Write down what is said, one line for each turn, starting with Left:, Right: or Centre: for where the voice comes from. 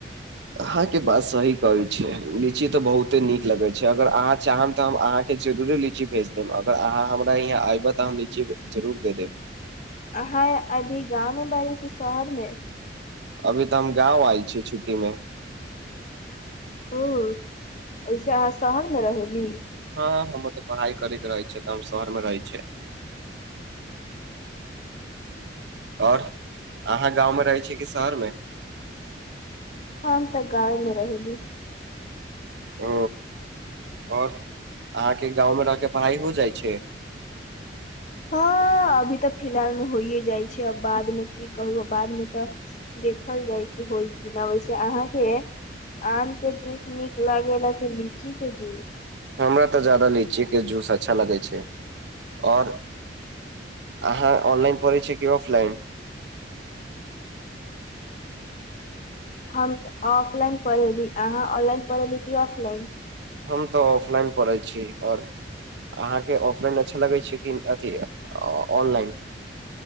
Right: अहाँ के बात सही कहय छिये। लीची तऽ बहुत ओते नीक लगै छै। अगर अहाँ चाहब तऽ हम अहाँके जरुरे लीची भेज देब, अगर अहाँ हमरा यहाँ एबै तऽ हम लीची जरूर दे देब।
Left: अहाँ अभी गाँंव मे बारी कि शहर मे?
Right: अभी तऽ हम गाँंव आयल छी छुट्टी में।
Left: हुं अच्छा अहाँ शहर मे रहेली।
Right: हँ हमर तऽ पढ़ाई करय के रहय छै तऽ हम शहर मे रहै छियै।
Left: <inaudible>
Right: और अहाँ गाँवमे रहै छी कि शहरमे?
Left: हम तऽ गांव में रहय छी।
Right: हु और अहाँके गाँवमे रहऽके पढ़ाइ हो जाइ छै?
Left: हँ अभी तऽ फिलहाल मे होइए जाइ छै। आब बाद मे की कहू बाद मे तऽ देखल जाय कि होइ। वैसे अहाँके आम के जूस नीक लागे ल की लीची के जूस।
Right: हमरा तऽ ज्यादा लीची के जूस अच्छा लागै छै। और अहाँ ऑनलाइन पढय छियै की ऑफलाइन।
Left: हम त ऑफलाइन पढ़य रही। आहाँ ऑनलाइन पढ़य लि की ऑफलाइन?
Right: हम तऽ ऑफलाइन पढ़ै छी, और अहाँके ऑफलाइन अच्छा लगय छै कि अथि ऑनलाइन